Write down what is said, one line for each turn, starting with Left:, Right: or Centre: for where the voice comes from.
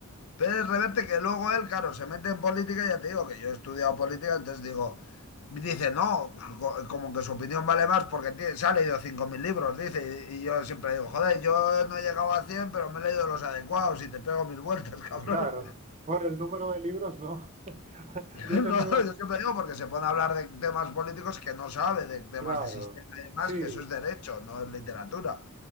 Left: Pérez Reverte, que luego él, claro, se mete en política, ya te digo que yo he estudiado política, entonces digo, dice, no, co- como que su opinión vale más porque tie- se ha leído 5.000 libros, dice, y, y yo siempre digo, joder, yo no he llegado a 100 pero me he leído los adecuados y te pego mil vueltas, <laughs> cabrón.
Right: claro. Por el número de libros, no. <laughs> Yo
Left: No,
Right: he tenido,
Left: yo siempre digo porque se pone a hablar de temas políticos que no sabe, de temas
Right: claro,
Left: de sistema y demás,
Right: sí.
Left: que eso es derecho, no es literatura.